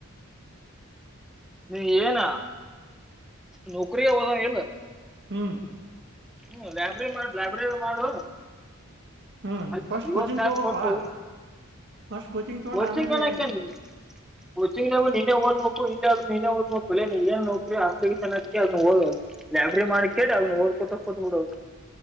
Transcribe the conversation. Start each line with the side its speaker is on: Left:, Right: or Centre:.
Centre: ನೀ ಏನ ನೌಕ್ರಗ ಹೋದಂಗ ಇಲ
Right: ಹ್ಮ
Centre: ಹ್ಮ ಲೈಬ್ರ ಮಾಡ ಲೈಬ್ರರಿ ಮಾಡು
Right: ಹ್ಮ್
Centre: ಅ
Right: ಫಸ್ಟ್
Centre: ಐವತ್
Right: ಕೋಚಿಂಗ್
Centre: ತಾಸ್
Right: ತಗೋಬೇಕು
Centre: ಕೊಟ್ಟು
Right: ಫಸ್ಟ್ ತಗೊಂಡ್
Centre: ಕೋಚಿಂಗ್
Right: ಆಮೇಲೆ
Centre: ಅನಾಕ ಏನ್ ಕೋಚಿಂಗ್ ನವು ನಿನ್ನೆ ಓದ್ಬೇಕು ಇಂದ ಆದ್ರ ನಿನ್ನ ಓದ್ಬೇಕು ಇ ನೀ ಏನ್ ನೋಕ್ರಿ ಅಪ್ಲಿಕೇಶನ್ ಹಾಕ್ತಿಯ ಅದ್ನ ಓದು. ಲೈಬ್ರರಿ ಮಾಡಕೊಂಡ ಅದ್ನ ಓದಕೊತ್ತ ಕುತ್ತ ಬಿಡೋದು.